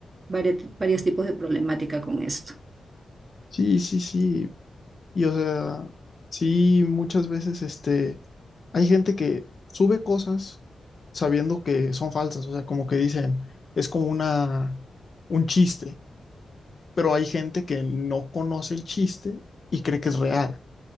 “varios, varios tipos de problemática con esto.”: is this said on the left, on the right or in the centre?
Right